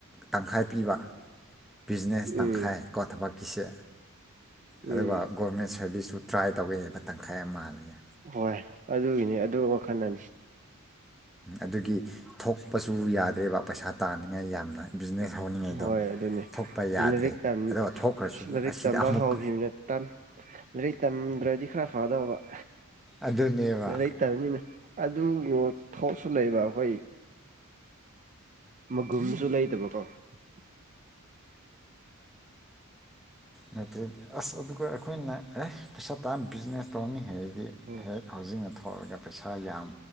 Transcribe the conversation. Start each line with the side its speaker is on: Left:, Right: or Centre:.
Centre: ꯇꯪꯈꯥꯏ ꯄꯤꯕ ꯕꯤꯖꯤꯅꯦꯁ ꯇꯪꯈꯥꯏꯀꯣ
Right: ꯎꯝ
Centre: ꯊꯕꯛꯀꯤꯁꯦ
Right: ꯎꯝ
Centre: ꯑꯗꯨꯒ ꯒꯣꯔꯃꯦꯟ ꯁꯥꯔꯚꯤꯁꯁꯨꯨ ꯇ꯭ꯔꯥꯏ ꯇꯧꯒꯦꯁꯦ ꯃꯇꯝ ꯈꯥꯏ ꯃꯥꯜꯂꯦ
Right: ꯍꯣꯏ ꯑꯗꯨꯒꯤꯅꯤ ꯑꯗꯨ ꯋꯥꯈꯜ ꯑꯅꯤ
Centre: ꯑꯗꯨꯒꯤ ꯊꯣꯛꯄꯁꯨ ꯌꯥꯗ꯭ꯔꯦꯕ ꯄꯩꯁꯥ ꯇꯥꯅꯤꯡꯉꯥꯏ ꯌꯥꯝꯅ ꯕꯤꯖꯤꯅꯦꯁ ꯍꯧꯅꯤꯡꯉꯥꯏꯗꯣ
Right: ꯍꯣꯏ ꯑꯗꯨꯅꯤ
Centre: ꯊꯣꯛꯄ ꯌꯥꯗ꯭ꯔꯦ
Right: ꯂꯥꯏꯔꯤꯛ ꯑ
Centre: ꯑꯗꯨꯒ ꯊꯣꯛꯈ꯭ꯔꯁꯨ
Right: ꯂꯥꯏꯔꯤꯛ
Centre: ꯑꯁꯤꯗ
Right: ꯇꯝꯕ
Centre: ꯑꯃꯨꯛ
Right: ꯍꯧꯈꯤꯕꯅ ꯂꯥꯏꯔꯤꯛ ꯇꯝꯗ꯭ꯔꯗꯤ ꯈꯔ ꯐꯗꯕ
Centre: ꯑꯗꯨꯅꯦꯕ
Right: ꯂꯩꯇꯕꯅꯤꯅ ꯑꯗꯨꯒꯤ ꯊꯣꯛꯁꯨ ꯂꯩꯕ ꯍꯣꯏ ꯃꯒꯨꯝꯁꯨ ꯂꯩꯇꯕꯀꯣ <unintelligible>
Centre: ꯅꯠꯇꯗꯤ ꯑꯁ ꯑꯗꯨꯒ ꯑꯩꯈꯣꯏꯅ ꯑꯦ ꯄꯩꯁꯥ ꯇꯥ ꯕꯤꯖꯤꯅꯦꯁ ꯇꯧꯔꯅꯤ ꯍꯥꯏ ꯑꯗꯒꯤ
Right: ꯎꯝ
Centre: ꯍꯦꯛ ꯍꯧꯥꯎꯖꯤꯡꯅ ꯊꯣꯛꯑꯒ ꯄꯩꯁꯥ ꯌꯥꯝ